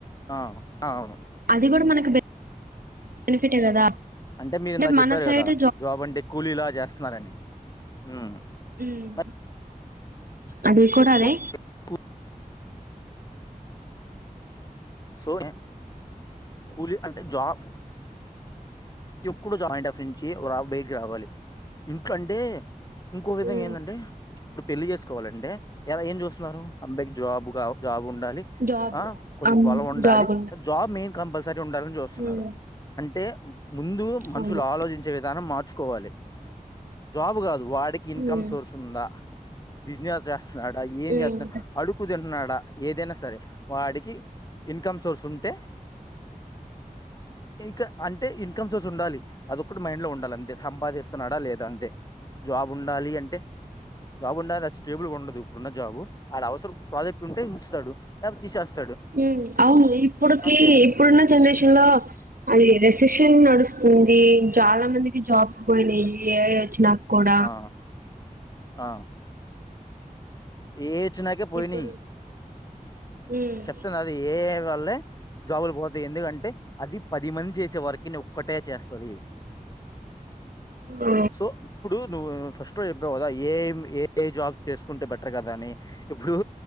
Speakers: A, on the left (about 25°); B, on the right (about 80°).
A: ఆ అవును
B: ఇది కూడా మనకు బెనిఫి బెనిఫిట్ఎ కదా
A: అంటే మీరు ఇందాక
B: మన
A: చెప్పారు
B: సైడ్
A: కదా జాబ్ అంటే కూలీలా చేస్తున్నారని ఉమ్.
B: హుమ్
A: మరి
B: అది కూడా అదే
A: కూ- కూ- సో కూలీ అంటే జాబ్ ఎప్పుడు నుంచి బయటికి రావాలి ఇంట్లో అంటే ఇంకో విధంగా
B: ఉమ్,
A: ఏందంటే ఇప్పుడు పెళ్లి చేసుకోవాలంటే ఎలా ఏం చూస్తున్నారు అబ్బాయికి జాబ్ కా జాబ్ ఉండాలి
B: జాబ్
A: ఆ కొంచెం
B: అమ్,
A: పొలం ఉండాలి
B: జాబ్
A: జాబ్ మెయిన్ కంపల్సరీ ఉండాలని చూస్తున్నారు
B: ఉమ్,
A: అంటే ముందు మనుషులు
B: అవును
A: ఆలోచించే విధానం మార్చుకోవాలి జాబ్ కాదు వాడికి ఇన్కమ్
B: ఉమ్,
A: సోర్స్ ఉందా బిజినెస్ చే స్తున్నాడా ఏం
B: ఉమ్.
A: చేస్తున్నా అడుకు తింటున్నాడా ఏదైనా సరే వాడికి ఇన్కమ్ సోర్స్ ఉంటే ఇంకా అంటే ఇ ఇన్కమ్ సోర్స్ ఉండాలి అది ఒకటి మైండ్ లో ఉండాలి అంతే సంపాదిస్ స్తున్నాడా లేదా అంతే జాబ్ ఉండాలి అంటే జాబ్ ఉండాల అది స్టేబుల్గా ఉండదు ఇప్పుడున్న జాబ్ అది అవసరం ప్రాజెక్ట్ ఉంటే ఉంచుతాడు లేపో తీసేస్తాడు
B: హూ అవును ఇప్పుడుకి
A: అంతే
B: ఇప్పుడున్న జనరేషన్ లో అది రెసెషన్ నడుస్తు చాలా మందికి జాబ్స్ పోయినాయి ఏ ఐ వచ్చినాక్కూడ
A: ఆ ఆ ఏఐ వచ్చినాకే పోయినాయి
B: ఇప్పుడు ఉమ్,
A: చెప్తున్న అది ఏఐ వల్లే జాబులు పోతాయి ఎందుకంటే అది పది మంది చేసే వర్క్ ని ఒక్కటే చేస్తది
B: ఆ,
A: సో ఇప్పుడు నువ్వు ఫస్ట్ లో చెప్పావు కదా ఏఐ మ్ ఏఐ జాబ్ చేసుకుంటే బెటర్ కదా అని ఇప్పుడు